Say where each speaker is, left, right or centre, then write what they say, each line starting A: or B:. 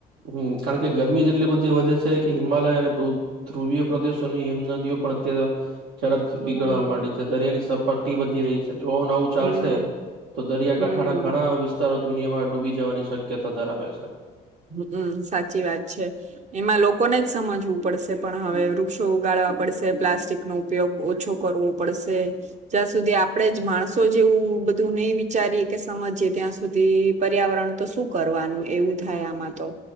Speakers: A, on the right; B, on the right.
A: હું કારણ કે ગરમી જેટલી બધી વધે છે કે હિમાલય અને ધ્રુવીય પ્રદેશોની હિમ નદીઓ પણ અત્યારે ઝડપથી
B: હમ
A: પીગળવા માંડી છે દરિયાની સપાટી વધી રહી છે જો નવું ચાલશે
B: હમ
A: તો દરિયાકાંઠાના
B: હમ
A: ઘણા વિસ્તારો દુનિયામાં ડૂબી જવાની શક્યતા ધરાવે છે
B: હું સાચી વાત છે એમાં લોકો ને જ સમજવું પડશે પણ હવે વૃક્ષો ઉગાડવા પડશે પ્લાસ્ટિક નો ઉપયોગ ઓછો કરવો પડશે. જ્યાં સુધી આપણેે જ માણસો જેવું બધું નહી વિચારીએ કે સમજીએ ત્યાં સુધી પર્યાવરણ તો શું કરવાનું એવું થયા આમાં તો